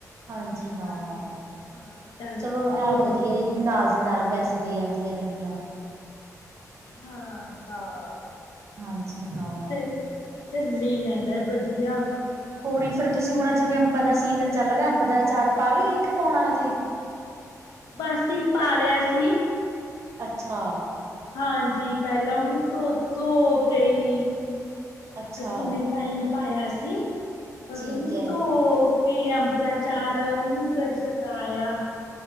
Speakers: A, on the right; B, on the left.
A: ਹਾਂਜੀ ਹਾਂ
B: ਤਾਂ। ਹਾਂ ਚੱਲ
A: ਚਲੋ
B: ਦੋਰ
A: ਐਂ ਵਧੀਆ ਈ ਵੀ ਨਾਲ ਦੀ ਨਾਲ ਪੈਸੇ ਦੇ ਆਦੀਆਂ ਨੇਗੀਆਂ
B: ਹਾਂ ਹਾਂ
A: ਹਾਂਜੀ
B: ਚ
A: ਹਾਂ।
B: ਚ ਚੱਲੀ ਜਾਂਦਾ ਵਧੀਆ
A: ਹੋਰ ਫਿਰ ਤੁਸੀਂ ਹੁਣ ਜਿਵੇਂ ਅੰਬਾਂ ਦਾ ਸੀਜ਼ਨ ਚੱਲ ਰਿਹਾ ਅੰਬ ਦਾ ਆਚਾਰ ਪਾ ਲਿਆ ਜੀ ਕਿ ਪੌਣਾ ਹਜੇ
B: ਬਸ ਜੀ ਪਾ ਲਿਆ ਸੀ
A: ਅੱਛਾ
B: ਹਾਂਜੀ ਪਹਿਲਾਂ ਉਹਨੂੰ ਧੋ ਧੋ ਕੇ ਜੀ
A: ਅੱਛਾ
B: ਅਸੀ ਨੇ ਤਾਂ ਐਈ ਪਾਇਆ ਸੀ ਬਸ
A: ਠੀਕ
B: ਉਹਨੂੰ
A: ਹੈ
B: ਧੋ ਕੇ ਅੰਬ ਦਾ ਅਚਾਰ ਉਹਨੂੰ ਫਿਰ ਸਕਾਇਆ